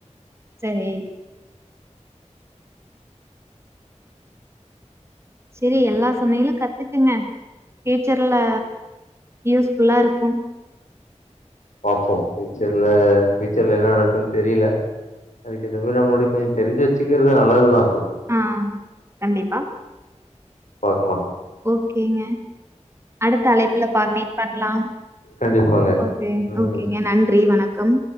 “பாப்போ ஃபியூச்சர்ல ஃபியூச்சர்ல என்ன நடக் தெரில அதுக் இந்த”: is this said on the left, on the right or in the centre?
Left